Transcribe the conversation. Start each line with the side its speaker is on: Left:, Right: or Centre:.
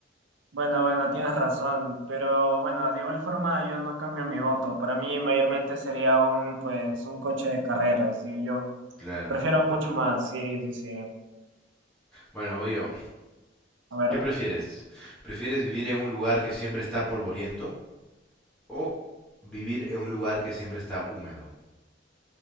Right: bueno, bueno, tienes razón. Pero bueno, de igual forma yo no cambio mi voto. Para mí mayormente sería un, pues, un coche de carreras. Yo, yo
Centre: claro.
Right: prefiero mucho más, sí, sí, sí.
Centre: Bueno, voy yo.
Right: A ver.
Centre: ¿Qué prefieres? ¿Prefieres vivir en un lugar que siempre está polvoriento? o vivir en un lugar que siempre está húmedo.